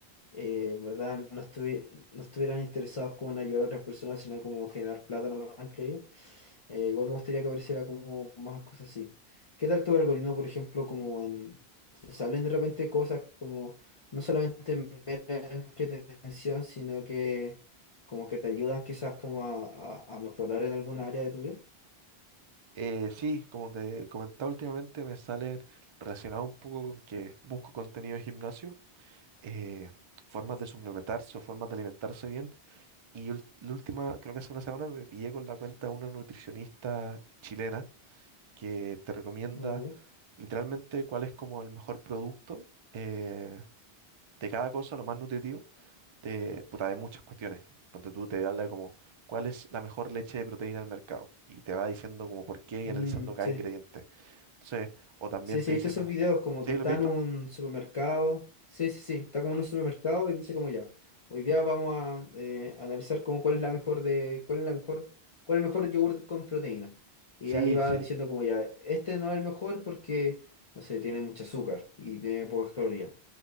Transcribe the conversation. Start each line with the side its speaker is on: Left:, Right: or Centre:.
Left: eh, en verdad no, estuvi- no estuvieran interesados como en ayudar a otras personas, sino como en generar plata nomás, creo ellos Eh, igual me gustaría que apareciera como más cosas así. ¿Qué tal tu algoritmo, por ejemplo, como en... se salen de repente cosas como no solamente mera entretención, sino que como que te ayudan quizás como a, a- a mejorar en alguna área de tu vida?
Right: Eh, sí, como te comentaba últimamente, me sale relacionado un poco con que busco contenido de gimnasio, eh, formas de suplementarse o formas de alimentarse bien Y ul- la última, creo que hace una semana, me pillé con la cuenta de una nutricionista chilena que te recomienda
Left: Ah, ya.
Right: literalmente cuál es como el mejor producto eh, de cada cosa, lo más nutritivo, de, puta, de muchas cuestiones. Ponte tú, te habla de como cuál es la mejor leche de proteína del mercado y te va diciendo como por qué y
Left: Mm,
Right: analizando cada
Left: sí.
Right: ingrediente. Entonces, o también
Left: Sí, sí,
Right: te dice
Left: viste esos
Right: como,
Left: videos como
Right: ¿sí
Left: que está
Right: lo has visto?
Left: en un supermercado. Sí, sí, sí, está como en un supermercado y dice como ya. Hoy día vamos a eh, analizar como cuál es la mejor de, cuál es la mejor, cuál es el mejor yogur con proteína. Y
Right: Sí,
Left: ahí va
Right: sí,
Left: diciendo como ya, este no es el mejor porque, no sé, tiene mucho azúcar y tiene pocas calorías.